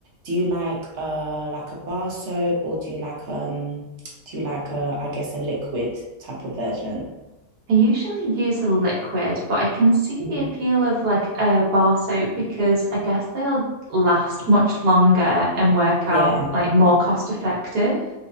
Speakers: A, on the right; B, on the right.
A: do you like uh like a bar soap or do you like um do you like a I guess a liquid type of version?
B: I usually use a liquid, but I can see
A: Mhm.
B: the appeal of like a bar soap because I guess they'll last much longer and work
A: Yeah.
B: out like more cost effective.